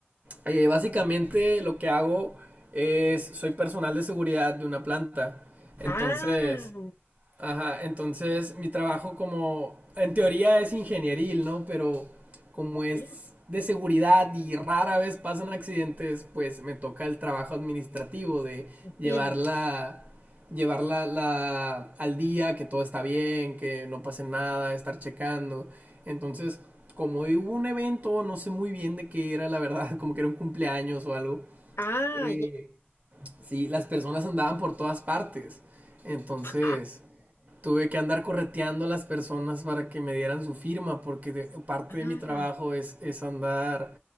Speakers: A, on the right; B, on the left.
A: eh, básicamente lo que hago es, soy personal de seguridad de una planta. Entonces,
B: Ah,
A: Ajá, entonces mi trabajo como, en teoría es ingenieril, ¿no? Pero como es
B: sí,
A: de seguridad y rara vez pasan accidentes, pues me toca el trabajo administrativo de
B: entiendo.
A: llevarla, llevarla la, al día, que todo está bien, que no pase nada, estar checando. Entonces, como hoy hubo un evento, no sé muy bien de qué era, la verdad, <laughs> como que era un cumpleaños o algo.
B: Ah,
A: eh,
B: ya.
A: sí, las personas andaban por todas partes. Entonces,
B: <laughs>
A: Tuve que andar correteando a las personas para que me dieran su firma, porque de- parte
B: Ah,
A: de mi trabajo es, es andar